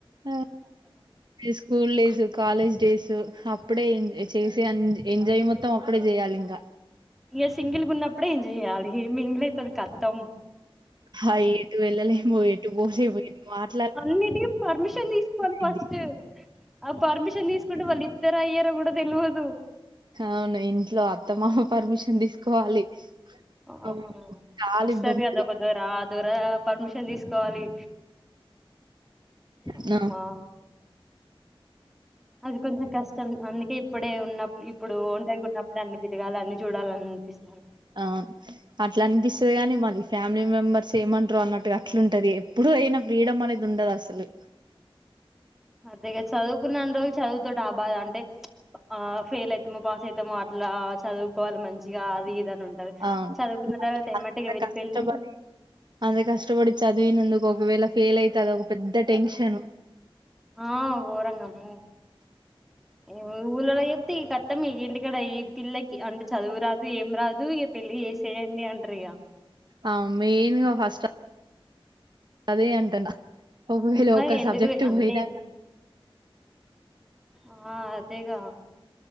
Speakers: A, on the right; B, in the centre.
A: హా స్కూల్ డేస్, కాలేజ్ డేసు అప్పుడే ఎం చేసే ఎంజాయ్ మొత్తం అప్పుడే చేయ్యాలి ఇంగ.
B: ఇ సింగిల్ ఉన్నప్పుడే ఎంజాయ్ చెయాలి మింగిల్ అయితే కతం
A: హైటు వెళ్ళలేము ఎటుపోలేము ఏది మాటల
B: అన్నిటికి పర్మిషన్ తీసుకోవలి
A: అయిద్ది
B: ఫస్ట్ ఆ పర్మిషన్ తీసుకుంటే వాళ్ళు ఇత్తరో అయ్యరో కూడా తెలవదు.
A: అవును ఇంట్లో అత్తమామ పర్మిషన్ తీసుకోవాలి
B: ఆ
A: అవును, చాలా
B: వస్తారు
A: ఇబ్బంది
B: కదా
A: అది
B: ఒక దొరద్ త్వరగా పర్మిషన్ తీసుకోవాలి. అమ్మా
A: న
B: అది కొంచం కష్టం అందుకే ఇప్పు ఇప్పుడే ఉన్న ఇప్పుడు ఒంటరిగా ఉన్నప్పుడు అన్ని తిరగాలి, అన్ని చూడాలని అనిపిస్తాను.
A: ఆ అట్లా అనిపిస్తది కాని మాది ఫ్యామిలీ మెంబర్స్ ఏమంటారు అన్నట్టుగా అట్లుంటది. ఎప్పుడు ను అయినా ఫ్రీడం అనేది ఉండదు అసలు
B: అదేగద చదువుకున్నన్న రోజులు చదువుతో ఆ బాద అంటే చ్ ఆ ఫెయిల్ అవుతామో, పాస్ అవుతామో అట్లా ఇలా చదువుకోవాలి మంచిగా అది జ నుంటది
A: అవును
B: చదువుకున్న
A: మళ్ళీ
B: తర్వాత ఏమంటే
A: అంత
B: ఇగ వీళ్లు
A: కష్టపడి
B: పెళ్ళంటే
A: అంత కష్టపడి చదివినందుకు ఒకవేళ ఫెయిల్ అయితే అదొ ఒక పెద్ద టెన్షను.
B: ఆ గోరంగ అమ్మో ఈ ఊళ్ళలాయ్యే అ ఇక కత్తం ఇంటికడ ఈ పిల్లకి అంటే చదువు రాదు ఏం రాదు ఇక పెళ్ళి చేసేయండి అం టరు ఇగ
A: ఆ మెయిన్గా ఫస్ట్ అదే అంట నా ఒకవేళ
B: మరి
A: ఒక
B: ఎందుకు
A: సబ్జెక్ట్
B: అంటే
A: పోయినా
B: ఆ అదేగా